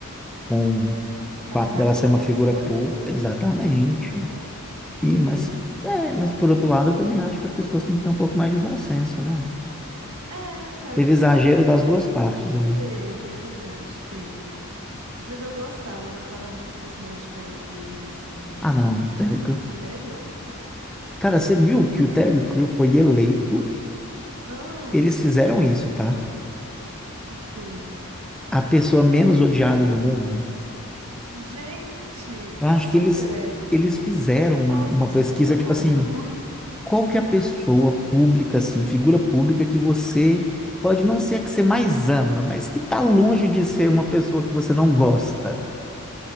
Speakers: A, in the centre; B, on the right.
A: com o
B: É
A: fato
B: a carreira
A: dela ser uma
B: que
A: figura
B: ela escolheu,
A: pública.
B: né?
A: Exatamente.
B: Pra viver,
A: E, mas,
B: assim.
A: é, mas por outro lado, eu também acho que as pessoas têm que ter um pouco mais de bom senso, né?
B: É, cara,
A: Teve
B: porque
A: exagero das duas partes ali.
B: teve, é verdade, teve. Mas eu gostava, eu gostava muito do personagem de Terry Crews, assim, era muito
A: Ah, não,
B: bom.
A: Terry Crew.
B: Melhor, cara.
A: Cara, você viu
B: <laughs>
A: que o Terry Crew foi eleito?
B: Ah,
A: Eles fizeram isso, tá?
B: o quê?
A: A pessoa menos odiada do mundo.
B: Gente,
A: Eu
B: e
A: acho
B: super
A: que eles,
B: é.
A: eles fizeram
B: Nossa,
A: uma, uma
B: eu super
A: pesquisa,
B: concordo.
A: tipo assim,
B: <laughs>
A: qual que é a pessoa pública, assim, figura pública que você pode não ser a que você mais ama, mas que tá
B: Uhum,
A: longe de ser uma pessoa que você não gosta.